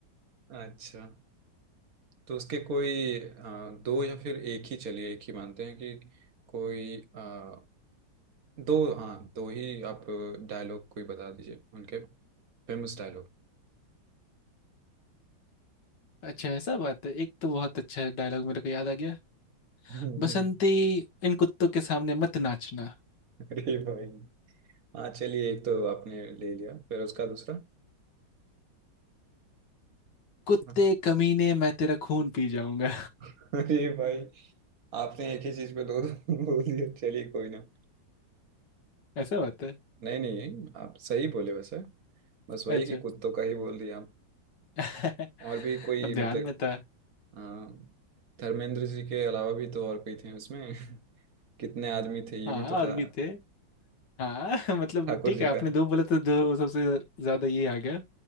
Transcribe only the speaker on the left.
अच्छा ऐसा बात है एक तो बहुत अच्छा डायलॉग मेरे को याद आ गया
बसंती इन कुत्तों के सामने मत नाचना
कुत्ते
कमीने मैं तेरा खून पी जाऊंगा
<laughs> ऐसा बात
है
अच्छा
<laughs>
अब ध्यान
में था
हाँ
और भी थे हाँ <laughs> मतलब
ठीक
है आपने
दो बोला तो दो सबसे ज्यादा ये आ गया